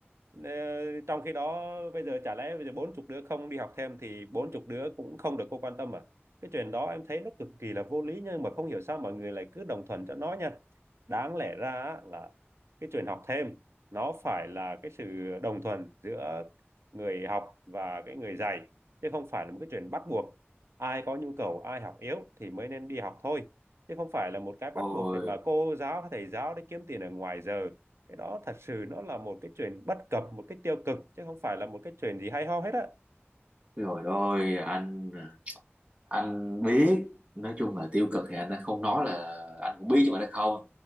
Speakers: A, on the right; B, on the right.
A: Ờ, trong khi đó bây giờ chả lẽ bây giờ bốn chục đứa không đi học thêm thì bốn chục đứa cũng không được cô quan tâm à cái chuyện đó em thấy nó cực kỳ là vô lý nhưng mà không hiểu sao mọi người lại cứ đồng thuận cho nó nha đáng lẽ ra á, là cái chuyện học thêm nó phải là cái sự đồng thuận giữa người học và cái người dạy chứ không phải là một cái chuyện bắt buộc ai có nhu cầu ai học yếu thì mới nên đi học thôi chứ không phải là một cái bắt
B: ôi
A: buộc để mà cô giáo hay thầy giáo để kiếm tiền ở ngoài giờ cái đó thật sự nó là một cái chuyện bất cập một cái tiêu cực chứ không phải là một cái chuyện gì hay ho hết á
B: rồi ôi anh anh biết nói chung là tiêu cực thì anh đã không nói là anh cũng biết chứ mà nó không